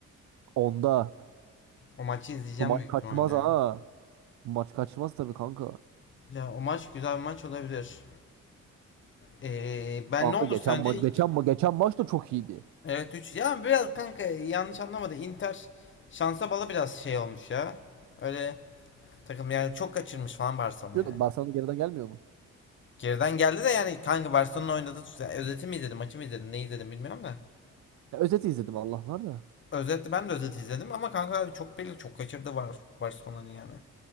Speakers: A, on the right (about 70°); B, on the left (about 40°).
A: Onda
B: O maçı izleyeceğim
A: bu maç
B: büyük
A: kaçmaz
B: ihtimalle.
A: ha. Bu maç kaçmaz tabii kanka.
B: Ya o maç güzel bir maç olabilir. Ee, ben
A: Kanka
B: ne olur
A: geçen
B: sence
A: maç
B: ilk
A: geçen ma geçen maç da çok iyiydi.
B: evet 3 ya biraz kanka yanlış anlamadı. Inter şansa bala biraz şey olmuş ya. Öyle takım yani çok kaçırmış falan Barcelona
A: Şu-
B: yani.
A: Barcelona geriden gelmiyor mu?
B: Geriden geldi de yani kanka Barcelona'nın oynadığı tut- yani özeti mi izledim, maçı mı izledim, ne izledim bilmiyorum da.
A: Ya özeti izledim Allah var da.
B: Özetle ben de özeti izledim ama kanka çok belli çok kaçırdı var Barcelona'nın yani.